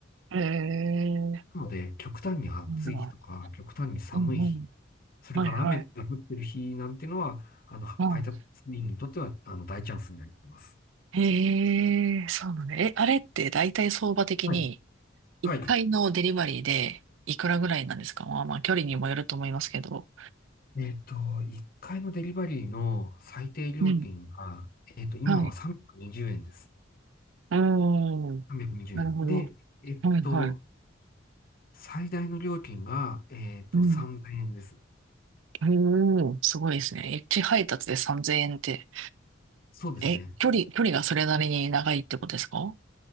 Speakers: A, on the right; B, on the left.
A: うん。へえ。
B: なので、極端に暑い日とか、
A: なんだ。
B: 極端に寒い日、
A: うんうん。
B: それから雨が降ってる日なんていうのは、
A: はいはい。
B: あの、
A: うん。
B: 配達員にとっては、あの、大チャンスになります。
A: へえ、そうなんだ。え、あれって大体相場的に
B: はい。
A: 1回のデリバリーでいくらぐらいなんですかまあまあ距離にもよると思いますけど。
B: はい。えっと、1回のデリバリーの最低料金が、
A: うん。
B: えっと、今は320円です。
A: はい。おー、
B: 320円。
A: なるほど。
B: で、えっと、
A: はいはい。
B: 最大の料金が、えっと、
A: うん。
B: 3000円です。
A: へえ、すごいですね。一配達で3000円って。
B: そうですね。
A: え、距離、距離がそれなりに長いってことですか